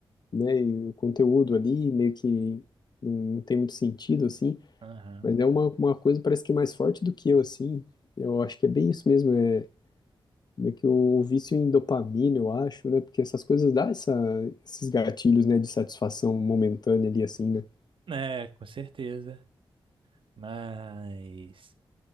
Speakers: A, on the left (about 50°); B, on the right (about 70°).
A: e, né, e o conteúdo ali meio que não tem muito sentido, assim,
B: Aham.
A: mas é uma, uma coisa parece que mais forte do que eu, assim, eu acho que é bem isso mesmo, é meio que o vício em dopamina, eu acho, né? Porque essas coisas dão essa, esses gatilhos, né, de satisfação momentânea ali, assim, né?
B: É, com certeza. Mas